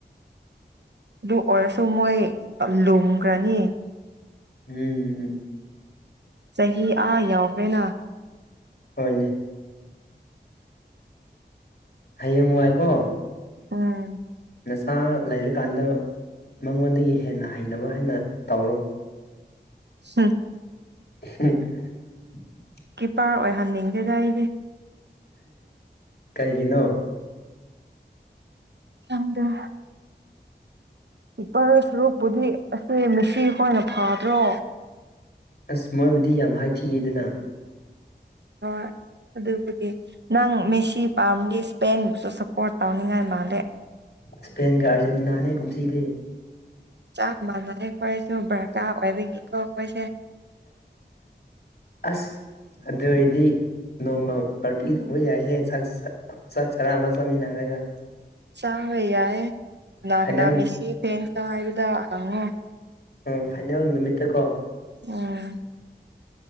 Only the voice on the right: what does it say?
ꯑꯗꯨ ꯑꯣꯏꯔꯁꯨ ꯃꯣꯏ ꯂꯨꯝꯈ꯭ꯔꯅꯤ
ꯆꯍꯤ ꯑꯥ ꯌꯥꯎꯕ꯭ꯔꯦꯅ
ꯎꯝ
ꯍ
ꯀꯤꯞꯄꯔ ꯑꯣꯏꯍꯟꯅꯤꯡꯗꯦꯗ ꯑꯩꯗꯤ
ꯀꯪꯗ ꯏꯄꯥꯔꯣꯏ ꯁꯔꯨꯛꯄꯨꯗꯤ ꯑꯁ ꯃꯦꯁꯤꯈꯣꯏꯅ ꯐꯗ꯭ꯔꯣ
ꯍꯣꯏ ꯑꯗꯨꯕꯨꯗꯤ ꯅꯪ ꯃꯦꯁꯤ ꯄꯥꯝꯒꯤꯦ ꯏꯁꯄꯦꯟ ꯑꯗꯨꯁꯨ ꯁꯞꯄꯣꯔꯠ ꯇꯧꯅꯤꯡꯉꯥꯏ ꯃꯥꯜꯂꯦ
ꯆꯞ ꯃꯅꯥꯏ ꯀꯁꯨ ꯭ꯔꯀꯥ ꯑꯕꯤꯒꯀ ꯀꯣꯏꯁ
ꯆꯥꯋꯦ ꯌꯥꯏ ꯅꯅꯥꯅꯥ
ꯃꯦꯁꯤ ꯐꯦꯟ ꯇ ꯍꯥꯏꯕꯗ ꯍꯪꯉꯣ
ꯎꯝ